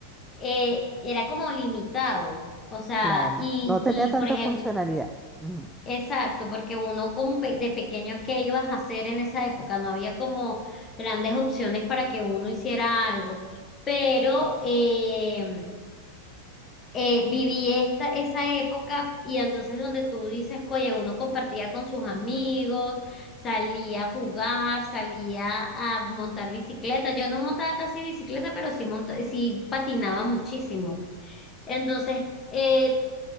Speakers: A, on the left; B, in the centre.
A: eh, era como limitado. O sea,
B: Claro.
A: y,
B: No tenía
A: y
B: tanta
A: por ejemplo,
B: funcionalidad. Ujú,
A: exacto, porque uno como pe- de pequeño, ¿qué ibas a hacer en esa época? No había como grandes opciones para que uno hiciera algo. Pero eh, eh, viví esta, esa época y entonces donde tú dices, oye, uno compartía con sus amigos, salía a jugar, salía a montar bicicleta. Yo no montaba casi bicicleta, pero sí, monta sí patinaba muchísimo. Entonces, eh,